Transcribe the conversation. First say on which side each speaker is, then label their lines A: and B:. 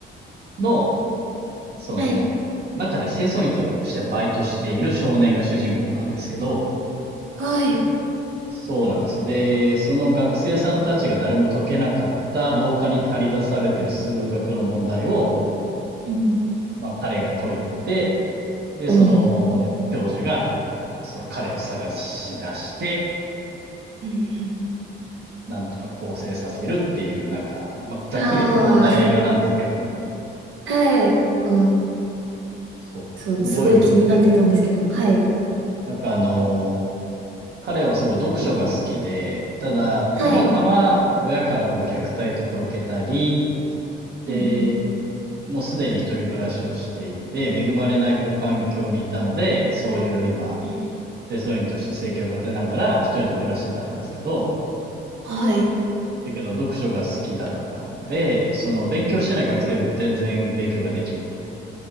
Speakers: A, on the right; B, on the right.
A: の、その、
B: はい。
A: 中で清掃員としてバイトしている少年が主人公なんですけど、
B: はい。
A: そうなんですよ。で、その学生さんたちが誰も解けなかった廊下に張り出されている数学の問題を、
B: うん。
A: まあ彼が解いて、で、
B: おおー。
A: その教授が
B: うん
A: その彼を探し出して、
B: うん
A: なんとか構成させるっていう、なんか、まあ、ざっくりとそんな映画なんですけど、
B: うんああ、<laughs> はい。うん、
A: そう、
B: そう、
A: すごい良くて、
B: すごい気になってたんですけど。はい。
A: なんかあの、彼はすごい読書が好きで、ただ、
B: はい。
A: たまたま親からこう虐待とか受けたり、
B: うんうん
A: で、もうすでに一人暮らしをしていて、恵まれないこう環境にいたので、そういう今、
B: うん
A: 清掃員として生計を立てながら一人で暮らしてたんですけど、
B: はい。
A: だけど、読書が好きだったんで、その勉強してない学生よりも全然勉強ができると。
B: うん